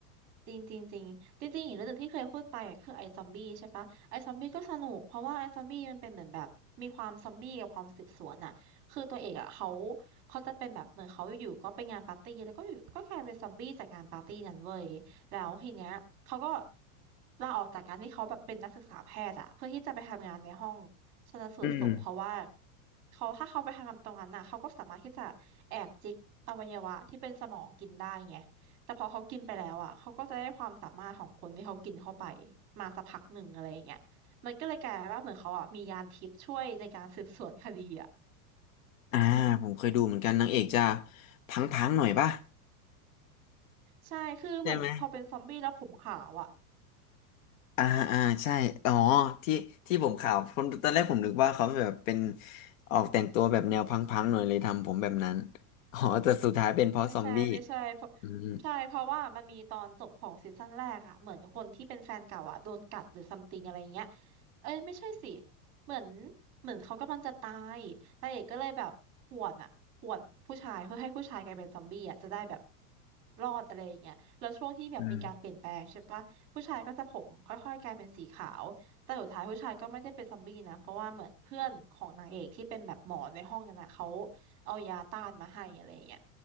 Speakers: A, on the right; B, on the left.
A: จริงจริงจริงจริงจริงๆอีกเรื่องหนึ่งที่เคยพูดไปอ็ะคือไอซอมบี้ใช่ปะไอซอมบี้ก็สนุกเพราะว่าไอซอมบี้มันเป็นเหมือนแบบมีความซอมบี้กับความสืบสวนอะคือตัวเอกอะเขาเขาจะเป็นแบบเหมือนเขาอยู่ๆก็ไปงานปาร์ตี้แล้วก็อยู่ก็กลายเป็นซอมบี้จากงานปาร์ตี้นั้นเว้ยแล้วทีเนี้ยเขาก็ลาออกจากการที่เขาแบบเป็นนักศึกษาแพทย์อะเพื่อที่จะไปทำงานในห้องชันสูตรศพเพราะว่า
B: ๆอืม
A: เขาถ้าเขาไปทำงานตรงนั้นอะเขาก็สามารถที่จะแอบจิกอวัยวะที่เป็นสมองกินได้ไง แต่พอเขากินไปแล้วอ่ะเขาก็จะได้ความสามารถของคนที่เขากินเข้าไปมาสักพักหนึ่งอะไรอย่างเงี้ยมันก็เลยกลายเป็นว่าเหมือนเขาอ่ะมียานทิพย์ช่วยในการสืบสวนคดีอ่ะ
B: อ่าผมเคยดูเหมือนกันนางเอกจะพังๆหน่อยป่ะ
A: ใช่คือเหมือนพอเป็นซอมบี้แล้วผมขาวอ่ะ
B: ใช่ไหม อ่าอ่าใช่อ๋อที่ที่ผมข่าวผมตอนแรกผมนึกว่าเขาแบบเป็นออกแต่งตัวแบบแนวพังๆหน่อยเลยทำผมแบบนั้นอ๋อแต่สุดท้ายเป็นเพราะซอมบี้
A: ไม่ใช่ไม่ใช่เพราะ
B: อืม
A: ใช่เพราะว่ามันมีตอนจบของซีซั่นแรกอะเหมือนคนที่เป็นแฟนเก่าอะโดนกัดหรือซัมติงอะไรเงี้ยเอ้ยไม่ใช่สิเหมือนเหมือนเขากำลังจะตายนางเอกก็เลยแบบข่วนอะข่วนผู้ชายเพื่อให้ผู้ชายกลายเป็นซอมบี้อะจะได้แบบรอดอะไรอย่างเงี้ยแล้วช่วงที่แบบมีการเปลี่ยนแปลงใช่ปะผู้ชายก็จะผมค่อยๆกลายเป็นสีขาวแต่สุดท้ายผู้ชายก็ไม่ได้เป็นซอมบี้นะเพราะว่าเหมือนเพื่อนของนางเอกที่เป็นแบบหมอในห้องนั้นอะเขา
B: อืม
A: เอายาต้านมาให้อะไรอย่างเงี้ย